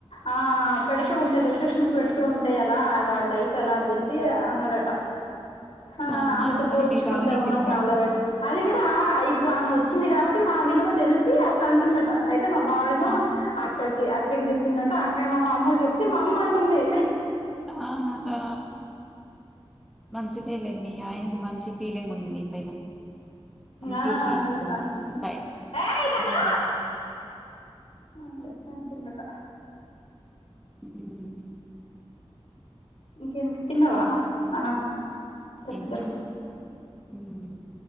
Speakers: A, on the left; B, in the centre.
A: ఆ పెడుతూ ఉంట రెస్ట్రిక్షన్స్ పెడుతూ ఉంటె ఎలా వాడి లైఫ్ ఎలా అని చెప్పి అన్నడట హా
B: అవునా
A: ఆమెతో
B: అది
A: పోల్చుకుంటావమ్మా
B: మీ బావ నీకు చెప్పినాడా
A: చాలా వేట అది కూడా ఇప్పుడు ఆమె వచ్చింది కాబట్టి నా విలువ తెలిసి అట్లా అంటుందట అయితే మా బావేమో
B: ఆ
A: అక్కకి అక్కకి చెప్పిండటా అక్కేమో మా అమ్మ కి చెప్తే మా అమ్మ అంటుంది
B: అంతా మంచిదేలే మీ ఆయనకి మంచి ఫీలింగ్ ఉంది నీ పైన మంచి
A: ఆ
B: ఒపీనియన్
A: ఇలాను
B: ఉంది బై ఆ
A: అ వేస్తే ఉంటుందట
B: మ్
A: ఇంకేమి తిన్నావా
B: ఉమ్
A: ఆ చెప్పు
B: తిన్నాం
A: చెప్పు
B: మ్